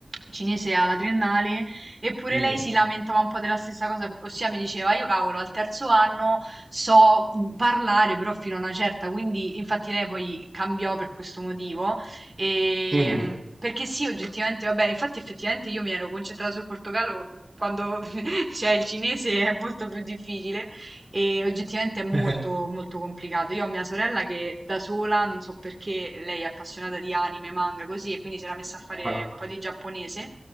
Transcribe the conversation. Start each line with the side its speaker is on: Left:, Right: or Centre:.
Right: cinese alla triennale, eppure
Centre: Mhm,
Right: lei si lamentava un po' della stessa cosa, ossia mi diceva, io cavolo, al terzo anno so parlare però fino a una certa, quindi infatti lei poi cambiò per questo motivo. E,
Centre: mhm.
Right: mh, perché sì, oggettivamente, vabbè, infatti effettivamente io mi ero concentrata sul portogallo quando <laughs> cioè, il cinese è molto più difficile. E oggettivamente è molto,
Centre: <laughs>
Right: molto complicato. Io ho mia sorella che da sola, non so perché, lei è appassionata di anime, manga, così, e quindi si era messa a fare
Centre: Ah.
Right: un po' di giapponese.